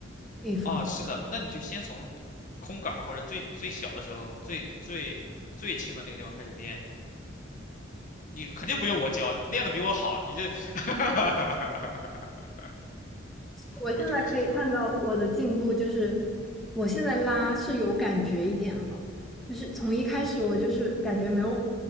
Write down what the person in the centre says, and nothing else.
地方。
我现在可以看到我的进步，
就是我现在拉是有感觉一点了，就是从一开始我就是感觉没有，